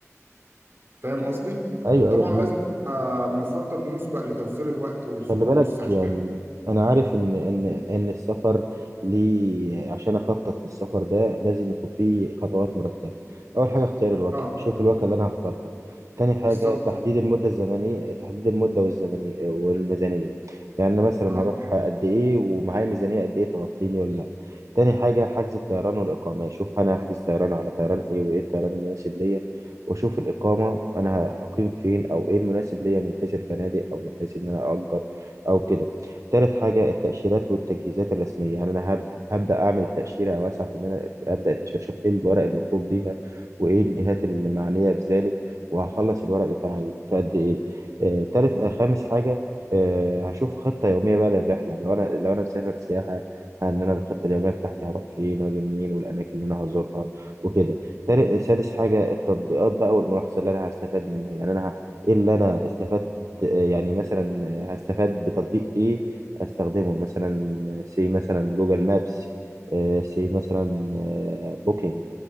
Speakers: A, on the right; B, on the right.
A: فاهم قصدي؟
B: ايوه
A: وطبعا
B: ايوه معاك
A: لازم يبقى مخطط مسبق لتوفير الوقت والفلوس
B: خلي بالك
A: عشان
B: يعني انا عارف ان ان ان السفر ليه عشان اخطط للسفر ده لازم يكون فيه خطوات مرتبه اول حاجه اختيار الوكيل
A: اه
B: شوف الوكيل اللي انا هختارها تاني حاجه
A: بالظبط
B: تحديد المده الزمنيه تحديد المده والزمنيه والميزانيه يعني انا مثلا
A: اه
B: هروح قد ايه ومعايا ميزانيه قد ايه تغطيني ولا لا تاني حاجه حجز الطيران والاقامه شوف انا هحجز طيران على طيران ايه وايه الطيران المناسب ليا واشوف الاقامه انا هقيم فين او ايه المناسب ليا من حيث الفنادق او من حيث ان انا اجر او كده تالت حاجه التاشيرات والتجهيزات الرسميه يعني انا هبدا هبدا اعمل التاشيره او اسعى في ان انا ابدا التاشيره اشوف ايه الورق المطلوب ليها وايه الجهات المعنيه بذلك وهخلص الورق بتاعي في قد ايه آه، تالت آه، خامس حاجه آه، هشوف خطه يوميه بقى للرحله لو انا لو انا مسافر سياحه ان انا الخطه اليوميه بتاعتي هروح فين واجي منين والاماكن اللي انا هزورها وكده تالت آه، سادس حاجه التطبيقات بقى والملاحظه اللي انا هستفاد منها يعني انا ه- ايه اللي انا استفدت ت- يعني مثلا هستفاد بتطبيق ايه استخدمه مثلا سي مثلا جوجل مابس آه، سي مثلا آه، بوكينج